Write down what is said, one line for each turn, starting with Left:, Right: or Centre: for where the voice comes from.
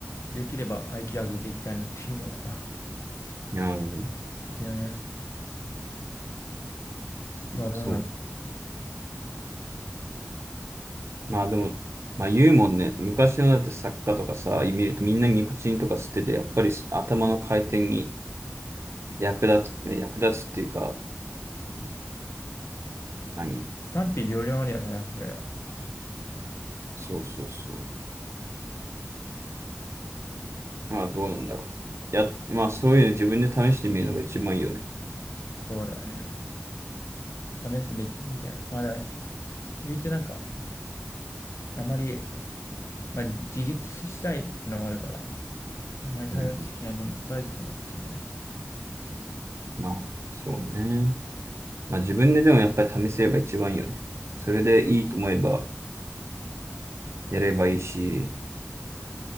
Left: できれば IQ 上げていきたいなっていうのは、
Right: うん、
Left: <laughs> 的なね。まあどうなる。
Right: そう。まあでも、まあ言うもんね。昔のだって作家とかさ、見るとみんなニコチンとか吸ってて、やっぱり頭の回転に役立つ、役立つっていうか、何
Left: 賛否両論あるよね、なんかそれは。
Right: そうそうそう。まあ、どうなんだろう。や、まあ、そういうの自分で試してみるのが一番いいよね。
Left: そうだよね。試すべきみたいな。まあだ、言うてなんか、あまり、まあ自立したいのがあるから、あまり頼りすぎないのも大事かなっていうね。
Right: うんうんまあ、そうね。まあ、自分ででもやっぱり試せれば一番いいよね。それでいいと思えばやればいいし、